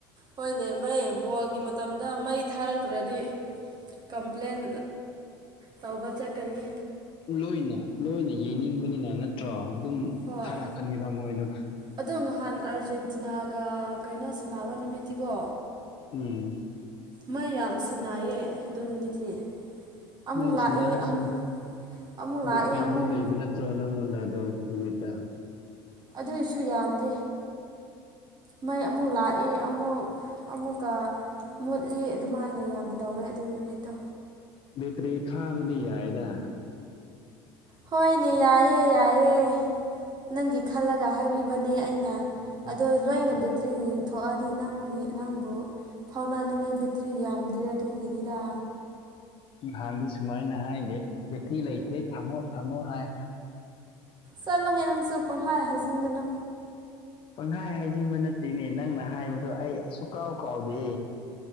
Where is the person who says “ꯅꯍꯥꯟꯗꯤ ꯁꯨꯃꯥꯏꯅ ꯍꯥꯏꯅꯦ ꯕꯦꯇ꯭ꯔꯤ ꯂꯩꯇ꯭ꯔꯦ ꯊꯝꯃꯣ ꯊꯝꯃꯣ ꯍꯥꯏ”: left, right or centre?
Left